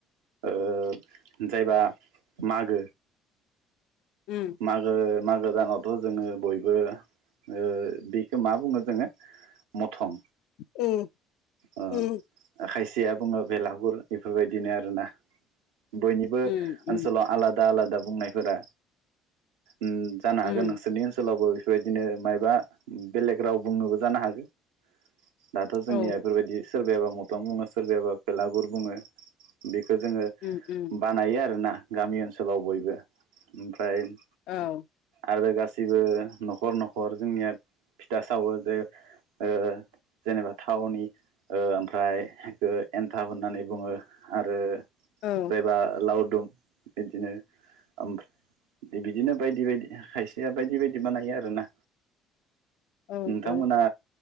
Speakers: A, on the right (about 85°); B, on the left (about 70°).
A: ओ जायबा मागो
B: उम
A: मागो मागो दानावथ' जोङो बयबो ओ बिखौ मा बुङो जोङो मथं
B: उम
A: ओ
B: उम
A: खायसेया बुङो बेलागुर बेफोरबायदिनो आरोना बयनिबो
B: उम उम
A: ओनसोलाव आलादा आलादा बुंनायफोरा उम जानो
B: उम
A: हागो नोंसोरनि ओनसोलावबो बेफोरबायदिनो मायबा बेलेग राव बुंनोबो जानो हागो दाथ' जोंनिया
B: औ
A: बेफोरबायदि सोरबायाबा मथं बुङो सोरबायायाबा भेलागुर बुङो बेखो जोङो
B: उम उम
A: बानायो आरोना गामि ओनसोलाव बयबो टाइम
B: औ
A: आरो गासैबो न'खर न'खर जोंनिया फिथा सावो जे ओ जेनेबा थावनि ओ ओमफ्राय ओ एन्थाब होननानै बुङो आरो
B: औ
A: एबा लावदुम बिदिनो ओमफ्राय बिदिनो बायदि बायदि खायसेया बायदि बायदि बानायो आरोना
B: औ
A: नोंथांमोना
B: औ